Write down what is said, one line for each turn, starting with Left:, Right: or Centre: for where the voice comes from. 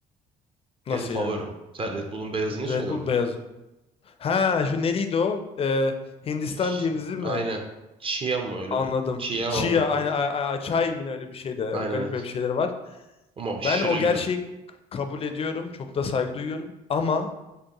Left: Nasıl
Right: Benim favorim.
Left: yani?
Right: Sen Red Bull'un beyazını
Left: Red
Right: içmedin
Left: Bull
Right: mi?
Left: beyaz Ha şu neydi o? Ee, Hindistan
Right: Ş-
Left: cevizi mi?
Right: Aynen. Chia mı öyle?
Left: Anladım.
Right: Chia
Left: Chia
Right: mı öyle?
Left: aynı a- a- çay mı ne öyle bir şey de
Right: Aynen.
Left: o garip
Right: aynen.
Left: garip şeyler var.
Right: Ama aşırı
Left: Ben o gerçeği
Right: güzel.
Left: kabul ediyorum. Çok da saygı duyuyorum. Ama